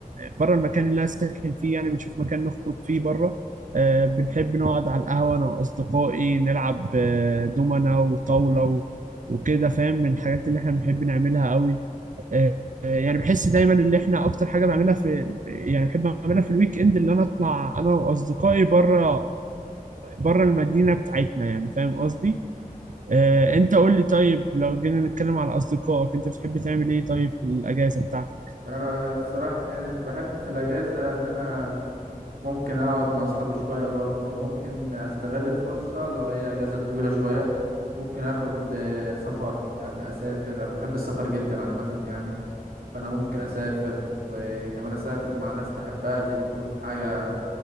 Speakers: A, on the right; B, on the right.
A: بره المكان اللي أنا ساكن فيه يعني بنشوف مكان نخرج فيه بره آه، بنحب نقعد على القهوة أنا وأصدقائي نلعب آه، دومنا وطاولة و- وكده فاهم من الحاجات اللي إحنا بنحب نعملها قوي آه، يعني بحس دايما اللي احنا اكتر حاجه بعملها في يعني بحب اعملها في الويك اند اللي انا اطلع انا واصدقائي بره بره المدينه بتاعتنا يعني فاهم قصدي آه، انت قول لي طيب لو جينا نتكلم على اصدقائك انت بتحب تعمل ايه طيب في الاجازه بتاعتك
B: انا الصراحه يعني بحب في الاجازه ان انا ممكن اقعد مع اصحابي شويه برضه ممكن استغل الفرصه لو هي اجازه طويله شويه ممكن اخد آه، سفر يعني اسافر انا بحب السفر جدا عامه يعني فانا ممكن اسافر وكمان اسافر مع ناس بحبها دي تكون حاجه